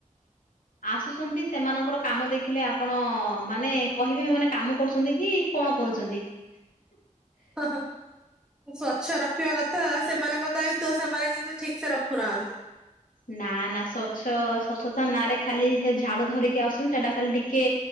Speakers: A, on the left (about 80°); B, in the centre.
A: ଆସୁଛନ୍ତି ସେମାନଙ୍କର କାମ ଦେଖିଲେ ଆପଣ ମାନେ କହିବେ ସେମାନେ କାମ କରୁଛନ୍ତି କି? କଣ କରୁଛନ୍ତି?
B: ହଁ ହଁ। ସ୍ଵଚ୍ଛ ରଖିବା କଥା ସେମାନଙ୍କ ଦାୟିତ୍ଵ ସେମାନେ କିନ୍ତୁ ଠିକ ସେ ରଖୁନାହାନ୍ତି।
A: ନା ନା ସ୍ଵଚ୍ଛ ସ୍ଵଚ୍ଛତା ନାଁ ରେ ଖାଲି ସେ ଝାଡୁ ଧରିକି ଆସୁଛନ୍ତି ସେଇଟା ଖାଲି ଟିକେ